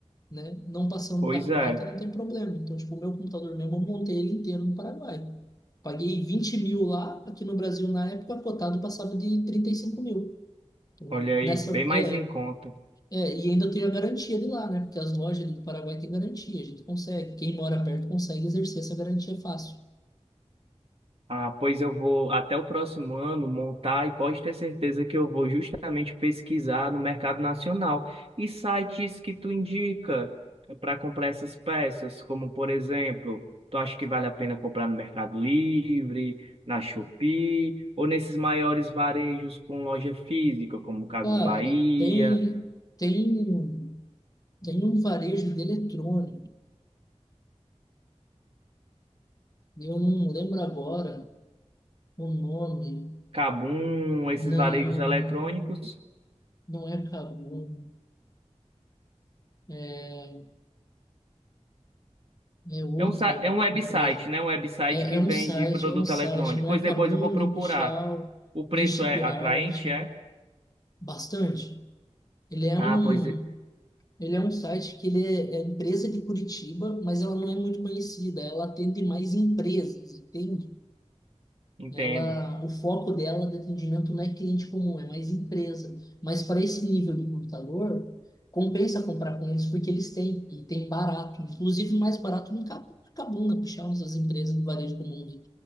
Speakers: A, on the left (about 30°); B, on the right (about 55°).
A: né? Não passando
B: Pois
A: da
B: é,
A: cota, não tem problema. Então, tipo, o meu computador mesmo, eu montei ele inteiro no Paraguai. Paguei 20 mil lá, aqui no Brasil na época, cotado passava de 35 mil. Então,
B: olha aí,
A: nessa,
B: bem mais
A: é,
B: em conta.
A: é, e ainda tenho a garantia de lá, né? Porque as lojas ali do Paraguai têm garantia, a gente consegue. Quem mora perto consegue exercer essa garantia fácil.
B: Ah, pois eu vou até o próximo ano montar e pode ter certeza que eu vou justamente pesquisar no mercado nacional e sites que tu indica para comprar essas peças, como por exemplo, tu acha que vale a pena comprar no Mercado Livre, na Shopee ou nesses maiores varejos com loja física, como Casas
A: Cara,
B: Bahia,
A: tem, tem, tem um varejo de eletrônico. Eu não lembro agora o nome.
B: Kabum, esses
A: Não.
B: varejos eletrônicos?
A: Não é Kabum, é é outra
B: É um, sa- é um website,
A: empresa.
B: né? Um website
A: É,
B: que
A: é um
B: vende
A: site,
B: produto
A: é um site.
B: eletrônico.
A: Não
B: Pois
A: é Kabum,
B: depois eu vou procurar.
A: nem Pichal
B: O preço
A: nem Shipyard.
B: é atraente, é?
A: Bastante. Ele é
B: Ah,
A: um,
B: pois e-
A: ele é um site que ele é, é empresa de Curitiba, mas ela não é muito conhecida. Ela atende mais empresas, entende?
B: entendo.
A: Ela, o foco dela de atendimento não é cliente comum, é mais empresa. Mas para esse nível de computador, compensa comprar com eles porque eles têm, e tem barato, inclusive mais barato do que a que puxar umas das empresas do varejo comum